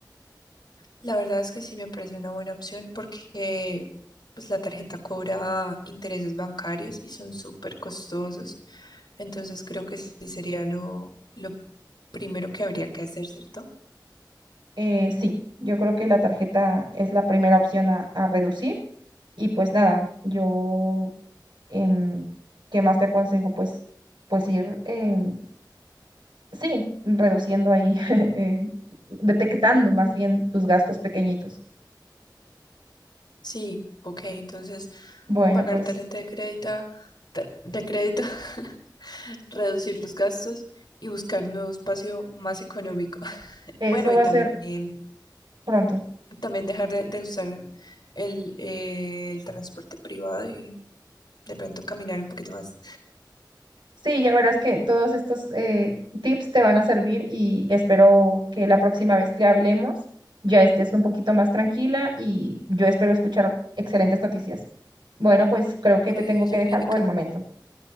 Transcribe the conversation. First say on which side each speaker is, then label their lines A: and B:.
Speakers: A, on the left (about 70°); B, on the right (about 80°).
A: La verdad es que sí me parece una buena opción porque pues la tarjeta cobra intereses bancarios y son súper costosos. Entonces creo que sí sería lo, lo primero que habría que hacer, ¿cierto?
B: Eh, sí, yo creo que la tarjeta es la primera opción a, a reducir. Y pues nada, yo, em, ¿qué más te aconsejo? Pues, pues ir, em, sí, reduciendo ahí, <laughs> eh, detectando más
A: Mm.
B: bien tus gastos pequeñitos.
A: Sí, ok, entonces
B: Bueno,
A: pagar
B: pues
A: tarjeta de crédito, de crédito, <laughs> reducir los gastos y buscar un nuevo espacio más económico.
B: eso
A: Bueno, y
B: va
A: también,
B: a ser pronto.
A: también dejar de, de usar el, eh, el transporte privado y de pronto caminar un poquito más.
B: Sí, ya verás que todos estos eh, tips te van a servir y espero que la próxima vez que hablemos ya estés un poquito más tranquila y yo espero escuchar excelentes noticias. Bueno, pues creo que te
A: Oye,
B: tengo
A: oye,
B: que
A: Angélica,
B: dejar por el momento.